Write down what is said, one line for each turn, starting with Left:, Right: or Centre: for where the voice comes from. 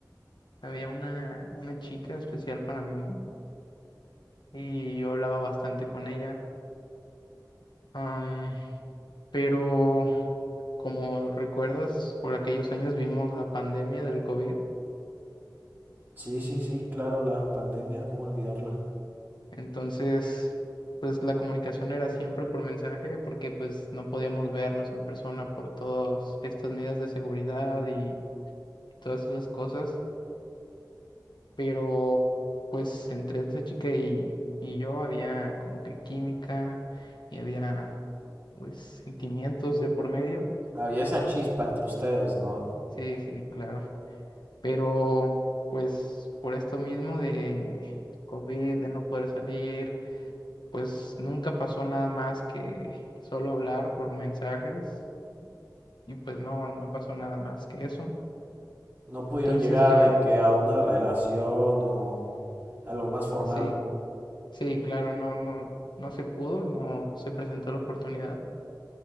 Left: había una, una chica especial para mí y yo hablaba bastante con ella. Am, pero como recuerdas, por aquellos años vimos la pandemia del COVID,
Right: sí, sí, sí, claro, la pandemia, ¿cómo olvidarla?
Left: entonces pues la comunicación era siempre por mensaje porque pues no podíamos vernos en persona por todas estas medidas de seguridad y y todas esas cosas. pero pues entre esa chica y, y yo había como que química y había pues sentimientos de por medio.
Right: Había esa chispa entre ustedes, ¿no?
Left: Sí, sí, claro. Pero pues por esto mismo de COVID, de no poder salir, pues nunca pasó nada más que solo hablar por mensajes y pues no, no pasó nada más que eso.
Right: No pudieron
Left: Entonces
Right: llegar
Left: ya,
Right: de que a una relación o algo más formal.
Left: sí, sí, claro, no, no, no se pudo, no se presentó la oportunidad